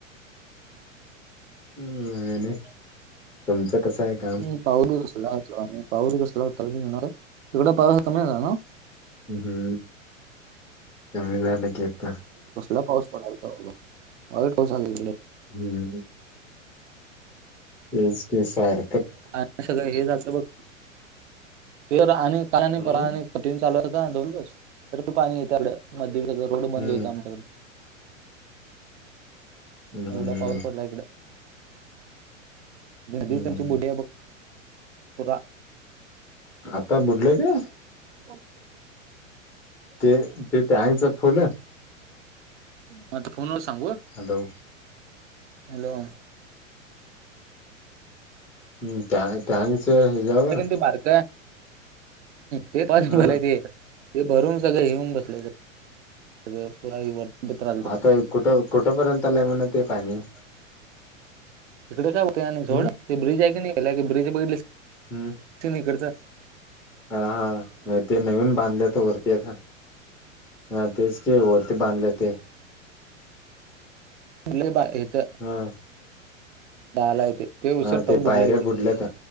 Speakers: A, in the centre; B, on the right.
A: नाही नाही तुमचं कस आहे? काम
B: ह पाऊडी कसला वा पाऊडी कसला वाटत तिकड पाऊसा कमीला ना.
A: हम् कमी झालं घता.
B: कसला पाऊस पडाल का, तला वाईट पाऊसडे.
A: हम्म तेच की सार
B: आणि सळ हे जात बघ, ते आणि का आणि
A: हम्म.
B: प आणि कठी चालू होता दोन दिवस तर पाणी येत मध्ये सगळ रोड बंद
A: हम्म
B: होतं आमच्याकडे.
A: हम्म
B: एवढा पाऊस पडला इकडं गी
A: हम्म
B: तमची बोडी आहे बघ पुरा
A: आता बुडले रे?
B: चालतंय
A: ते ते त्यांचं फुल आहे.
B: म ते फोन वर सांगू?
A: हॅलो!
B: हॅलो.
A: हम्म, त्यागच हच्यावर?
B: रे बारक ते पॉसिबल
A: हा
B: आहे ते ते भरून सगळ येऊन बस सग <unintelligible> पण
A: आता कुठं कुठंपर्यंत आलाय म्हण ते पाणी?
B: तिकडे काय होते
A: हम्म
B: सोड ते ब्रिज आहे की नाही गला ब्रिज बघितलस
A: हम्म
B: ते नाही करतात.
A: हा हा ते नवीन बांधलेत वरती आता हा तेच. हे, वरती बांधले ते
B: लई बा इथं
A: हा.
B: दहाला येते तेे ते उशीर
A: हा
B: तवा
A: पायऱ्या
B: बुडलेलं ते.
A: बुडल्यात